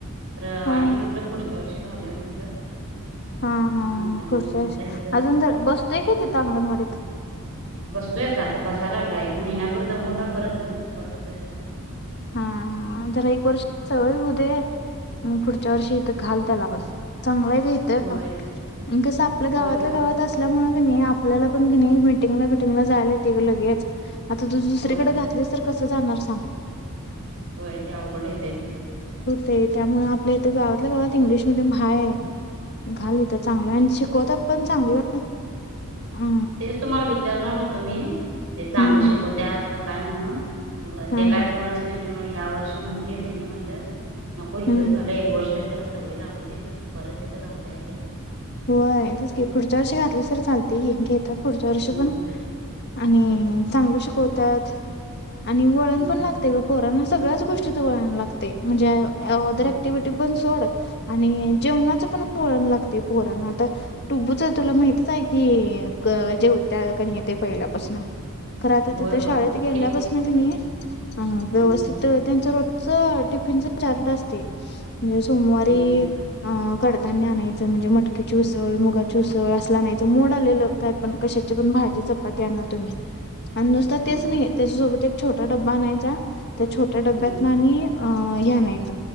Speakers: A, on the right (about 65°); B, on the left (about 50°).
A: तर आणि
B: हा हा
A: म्हटलं पुढच्या वर्ष घालूया म्हंटलं.
B: हा हा
A: म्हणताना
B: हा. पुढच्या वर्षी
A: आता इथंच घातलंय
B: अजून तर बसतो का तिथं अंगणवाडीत.
A: बसतोय आता बसाय लागला. एक महिनाभर दमवला परतम बसतोय आता.
B: हा हा. जरा एक वर्ष सवय होउ दे पुढच्या वर्षी इथ घाल त्याला पण चांगलंय ग हित
A: होय
B: कस आपल्या गावातल्या
A: होय होय
B: गावात असल्यामुळे आपल्याला पण कीणी मिटिंगला बिटिंगला जायला येतंय लगेच. आता तू दुसरीकडे
A: होय
B: घातलीस तर कस जाणार सांग?
A: होय. ते अवघड येतय.
B: ते त्यामुळे आपले हित गावातल्या गावात इंग्लिश मेडीयम हय घाल हित चांगलं आणि शिकवतात पण चांगलं. अं
A: तेच तुम्हाला विचारणार होत तुम्ही ते चांगलं
B: हम्म हम्म
A: शिकव त्यात आ काय म्हणून? मग
B: हा
A: ते काय
B: हा
A: फोनच केले नाही या वर्षी म्हंटली त्यांनी म्हटलं नको, इथंच
B: हम्म
A: घालं एक वर्ष त्याला सवय लागू दे. परत तिथं घालता येते.
B: होय. तेच की पुढच्या वर्षी घातलं तर चालत की पुढच्या वर्षी
A: हम्म
B: पण आणि
A: तेच की
B: चांगलं शिकवतात. आणि वळण
A: हम्म
B: पण लागते
A: हम्म
B: ग पोरा ना. सगळ्याच गोष्टी तर वळण लागते म्हणजे अदर
A: होय
B: क्टिवि्हटी पण सोड आणि जेवणाच पण वळण लागते. पोरना आता टु्बूच तुला माहतीच आहे की जेव त्या का नाही ते पहिल्यापासून. खर आता
A: होय
B: तिथे
A: होय
B: शाळेत गेल्या
A: ते
B: पसन कणी हा व्यवस्थित
A: हम्म
B: त्यांच टिफिन च चार्ट असतं. म्हणजे सोमवारी
A: हम्म हम्म हम्म
B: अ कडधान्यं आणयचं म्हणजे म टकीची उसळ मुगाची उसळ असलं आणायच मोड आलेलं काय पण कशाची पण भाजी चपाती आणा तुम्ही आणि नुसता
A: हा
B: तेच नाही
A: हा
B: त्याच्यासोबत एक छोटा डबा आणायचा त्या छोट्या डब्यात
A: हम्म
B: ना आणि अ ह्या नाहीच